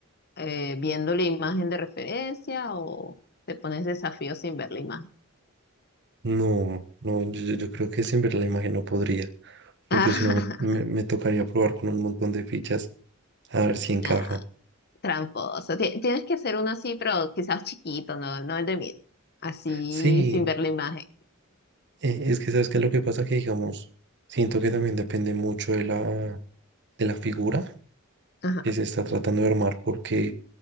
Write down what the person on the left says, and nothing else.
eh, viendo la imagen de referencia o te pones desafío sin ver la imagen?
<laughs>
Nah, tramposo. Ti- tienes que hacer uno así, pero quizás chiquito, no, no el de mí. Así
sin ver la imagen.
Ajá,